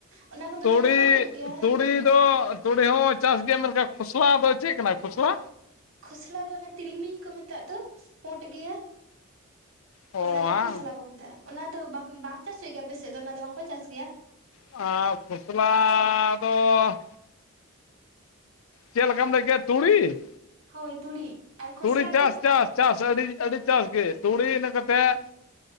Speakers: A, on the right (about 60°); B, on the left (about 70°).
A: ᱚᱱᱟ ᱠᱚᱫᱚ
B: ᱛᱩᱲᱤ,
A: ᱪᱟᱥ ᱵᱟᱝ ᱦᱩᱭᱩᱜ ᱜᱮᱭᱟ?
B: ᱛᱩᱲᱤ ᱫᱚ ᱛᱩᱲᱤ ᱦᱚᱸ ᱪᱟᱥ ᱜᱮᱭᱟ ᱢᱮᱱᱠᱷᱟᱱ ᱠᱷᱚᱥᱞᱟ ᱫᱚ ᱪᱮᱫ ᱠᱟᱱᱟ ᱠᱷᱚᱥᱞᱟ?
A: ᱠᱷᱚᱥᱞᱟ ᱫᱚ ᱚᱱᱮ ᱛᱤᱞᱢᱤᱧ ᱠᱚ ᱢᱮᱛᱟᱜ ᱫᱚ ᱯᱳᱰ ᱜᱮᱭᱟ
B: ᱚ
A: ᱚᱱᱟ
B: ᱵᱟᱝ
A: ᱫᱚ ᱠᱷᱚᱥᱞᱟ ᱠᱚ ᱢᱮᱛᱟᱜ-ᱟ᱾ ᱚᱱᱟ ᱫᱚ ᱵᱟᱢ ᱵᱟᱝ ᱪᱟᱥ ᱦᱩᱭᱩᱜ ᱜᱮᱭᱟ ᱟᱯᱮ ᱥᱮᱫ ᱫᱚ ᱚᱱᱟ ᱫᱚ ᱵᱟᱝᱠᱚ ᱪᱟᱥ ᱜᱮᱭᱟ?
B: ᱟᱸ ᱠᱷᱚᱥᱞᱟ ᱫᱚ ᱪᱮᱫ ᱞᱮᱠᱟᱢ ᱞᱟᱹᱭᱠᱮᱫ-ᱟ ᱛᱩᱲᱤ?
A: ᱦᱳᱭ ᱛᱩᱲᱤ᱾ ᱟᱨ ᱠᱷᱚᱥᱞᱟ
B: ᱛᱩᱲᱤ ᱪᱟᱥ
A: ᱫᱚ
B: ᱪᱟᱥ ᱪᱟᱥ ᱟᱹᱰᱤ ᱟᱹᱰᱤ ᱪᱟᱥ ᱜᱮ ᱛᱩᱲᱤ ᱤᱱᱟᱹ ᱠᱟᱛᱮ